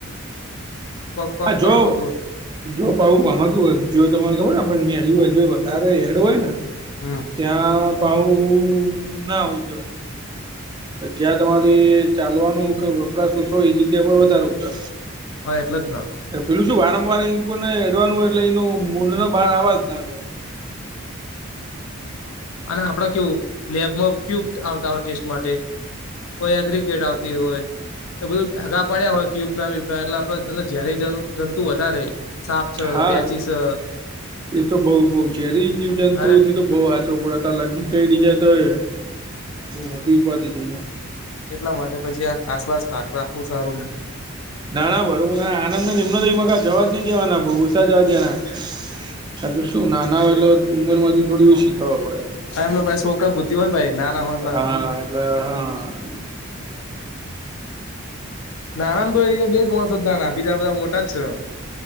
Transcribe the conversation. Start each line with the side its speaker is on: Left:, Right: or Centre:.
Left: કોક કામ
Right: હ જો
Left: કરવાનું થતું
Right: <unintelligible>
Left: હોય
Right: ત્યાં પાહુ ના <unintelligible> જ્યાં તમારી ચાલવાનું કે વપરાશું છો, એ જગ્યા પર વધારવું કે?
Left: હા, એટલે જ ના.
Right: એ પેલું શું વારંવાર એ ને એડવાનું એટલે એનું મડ નો બહાર આવવા જ ના.
Left: અને આપડે કેવું, લેબમાં ક્યુબ આવતા હોય ટેસ્ટ માટે? કોઈ એગ્રિકેટ આવતી હોય. એ બધું ટાગા પડ્યા હોય ક્યુબના, વ્યુબના એટલે આપણે જયારે જંતુ વધારે સાપ છે
Right: હા,
Left: વેચી છે
Right: એ તો બહુ બહુ રી જીવજંતુઓથી
Left: અરે
Right: તો બઉુ હચો પડતા લગી જ કઈ રીજાય તો એ બહુ મોટી ઉપાતી થઈ જાય.
Left: એટલા માટે પછી આ આસપાસ કાચ રાખવું સારું?
Right: ના ના, બરોબર, આનંદ ને એમનો તો એમાં જવા જ નહી દેવાના, બહુ ઓછા જવા દેવાના. આ શું નાના હોય એટલે ઉંમર માંથી થોડી ઓછી ખાવા પડે?
Left: આ એમનો ભાઈ છોકરા બુદ્ધિ હોય ને ભાઈ નાના હોય એટલે
Right: હા, એટલે હા. <unintelligible>
Left: નાના તો એ બે જ માણસ જ નાના, બીજા બધા મોટા જ છે.